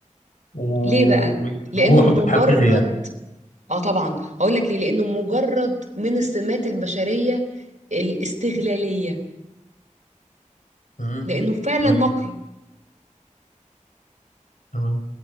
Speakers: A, on the left (about 80°); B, on the right (about 70°).
A: و-
B: ليه بقى؟ لأنه
A: وهو حب
B: مجرد
A: حقيقي يعني
B: اه طبعا هقول لك ليه لأنه مجرد من السمات البشرية الاستغلالية
A: مم.
B: لأنه فعلا
A: تمام
B: نقي
A: تمام